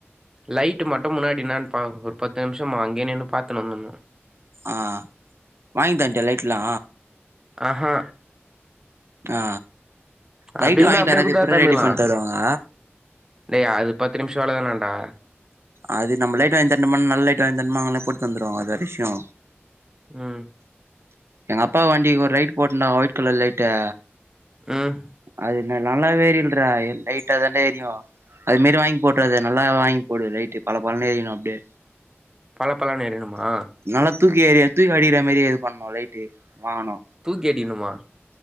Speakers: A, on the right; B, on the right.
A: லைட் மட்டும் முன்னாடி நான் பா ஒரு பத்து நிமிஷம் அங்கயேன்னின்னு பாத்துனு வந்தனு
B: ஆ வாங்கிதன்ட்டியா லைட்லா
A: ஆஹ
B: ஆ லைட்
A: அப்டில்லன்னா
B: வாங்கி
A: அப்டியே
B: தராது
A: குடுத்தா
B: எப்புட்றா
A: எத்தாந்துக்கலா
B: ரெடி பண்ணி தருவாங்க
A: டேய் அது பத் <unintelligible> தானண்டா
B: அது நம்ம லைட் வாங்கி தனும நல்ல லைட் வாங்கி தரணமா அஸங்களே போட்டு தந்துருவாங்க அது ஒரு விஷய
A: ம்
B: எங்க அப்பா வண்டி ஒரு ரைட் போட்டந்தா ஒயிட் கலர் லைட்டு
A: ம்
B: அது நல்லா வேரியல்ற லைட்டா தாண்டே எரியு அது மாரி வாங்கி போட்றாத நல்லா வாங்கி போடு லைட்டு பல பலனு எரியணு அப்டியே
A: பழ பழன்னு எரியணுமா
B: நல்லா தூக்கி ஏறி தூக்க அடிக்கிற மாரி எது பண்ணணு லைட்டு வாங்கணு
A: தூக்கி எறிணுமா